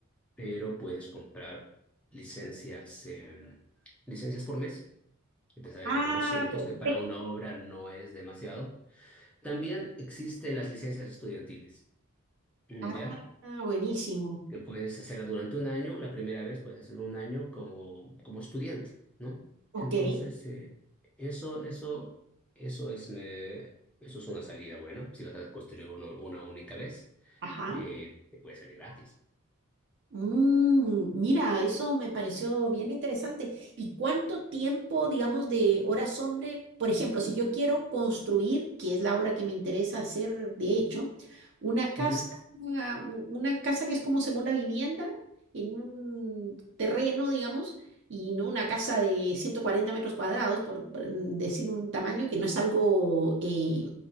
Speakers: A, in the centre; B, on the right.
A: pero puedes comprar licencias, eh, licencias por mes, que te salen
B: Ah,
A: algunos cientos,
B: perfecto.
A: que para una obra no es demasiado. También existen las licencias estudiantiles, mm,
B: Ah,
A: ¿ya?
B: buenísimo.
A: Que puedes hacerla durante un año, la primera vez puedes hacerlo un año como, como estudiante, ¿no?
B: Ok.
A: Entonces, eh, eso, eso, eso es, eh, eso es una salida buena, si vas a construir uno- una única vez
B: Ajá.
A: eh, te puede salir gratis.
B: Mm, mira, eso me pareció bien interesante. ¿Y cuánto tiempo, digamos, de horas hombre? Por ejemplo, si yo quiero construir, que es la obra que me interesa hacer, de hecho, una casa,
A: Ujú.
B: una u- una casa que es como segunda vivienda en un terreno, digamos, y no una casa de 140 metros cuadrados, por por decir un tamaño que no es algo eh,